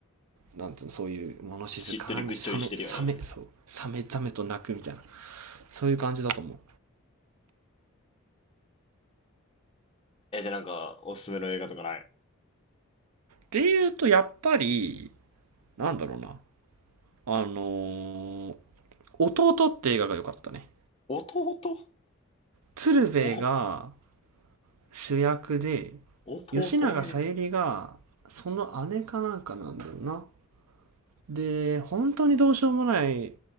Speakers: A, on the right; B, on the left.
A: なんつうのそういう物静かにサメサメそうサメザメと鳴くみたいな
B: しっとりぐっちょりしてるよね。
A: そういう感じだと思う。
B: <laughs> え、で、なんか、おすすめの映画とかない
A: でいうとやっぱりなんだろうなあのー弟って映画が良かったね。
B: の弟
A: 鶴瓶が
B: お、
A: 主役で
B: 弟うん。
A: 吉永小百合がその姉かなんかなんだよなで、本当にどうしようもない